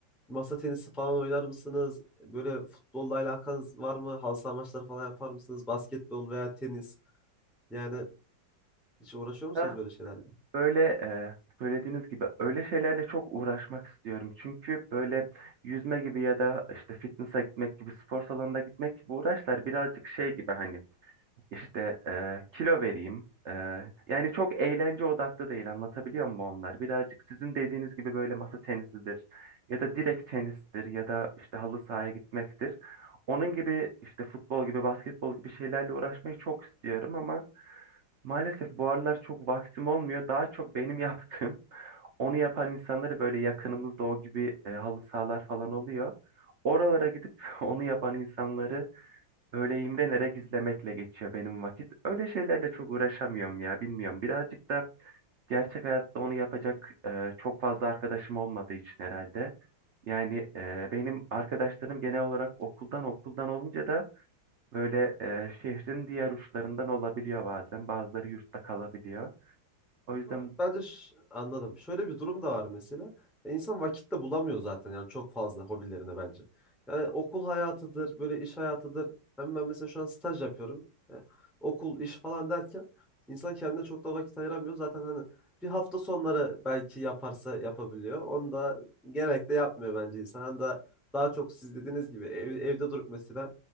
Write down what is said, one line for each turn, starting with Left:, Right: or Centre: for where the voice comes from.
Centre: masa tenisi falan oynar mısınız? Böyle futbolla alakanız var mı? Halı saha maçları falan yapar mısınız? Basketbol veya tenis. Yani hiç uğraşıyor musunuz
Right: Ah,
Centre: böyle şeylerle?
Right: böyle e, söylediğiniz gibi öyle şeylerle çok uğraşmak istiyorum. Çünkü böyle yüzme gibi ya da işte fitness'a gitmek gibi spor salonuna gitmek gibi uğraşlar birazcık şey gibi hani İşte e, kilo vereyim. E, yani çok eğlence odaklı değil anlatabiliyor muyum onlar? Birazcık sizin dediğiniz gibi böyle masa tenisidir ya da direkt tenistir ya da işte halı sahaya gitmektir. Onun gibi işte futbol gibi basketbol gibi şeylerle uğraşmayı çok istiyorum ama maalesef bu aralar çok vaktim olmuyor. Daha çok benim <laughs> yaptığım onu yapan insanları böyle yakınımızda o gibi e, halı sahalar falan oluyor. Oralara gidip <laughs> onu yapan insanları Böyle imrenerek izlemekle geçiyor benim vakit. Öyle şeylerle çok uğraşamıyorum ya bilmiyorum. Birazcık da gerçek hayatta onu yapacak e, çok fazla arkadaşım olmadığı için herhalde. Yani e, benim arkadaşlarım genel olarak okuldan okuldan olunca da böyle e, şehrin diğer uçlarından olabiliyor bazen. Bazıları yurtta kalabiliyor. O
Centre: Ama
Right: yüzden
Centre: bence ş- anladım. Şöyle bir durum da var mesela. Ya İnsan vakit de bulamıyor zaten yani çok fazla hobilerine bence. Yani okul hayatıdır, böyle iş hayatıdır. Hem ben mesela şu an staj yapıyorum. E, okul, iş falan derken insan kendine çok da vakit ayıramıyor. Zaten hani bir hafta sonları belki yaparsa yapabiliyor. Onu da genellikle yapmıyor bence insan. Hani daha, daha çok siz dediğiniz gibi ev- evde durup mesela